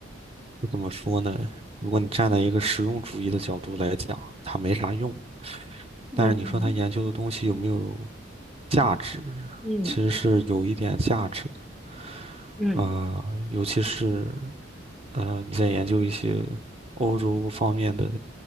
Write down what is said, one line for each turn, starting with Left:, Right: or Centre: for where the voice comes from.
Right: 怎么说呢？如果你站在一个实用主义的角度来讲，它没啥用。
Centre: 嗯
Right: 但是你说它研究的东西有没有价值，
Centre: 嗯
Right: 其实是有一点价值的
Centre: 嗯，
Right: 啊、呃尤其是呃，你在研究一些欧洲方面的